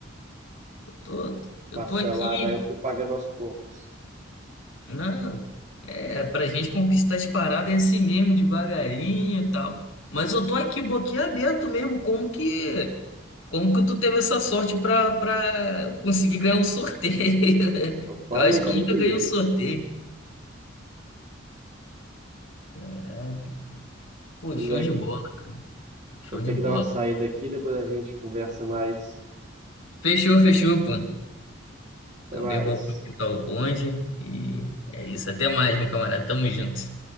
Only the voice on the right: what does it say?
parcelado.
Aí eu fui pagando aos poucos.
Eu falei
que
era
incrível.
Pois
é,
cara.
Vou ter
que dar uma saída aqui, depois a gente conversa mais.
Até
mais.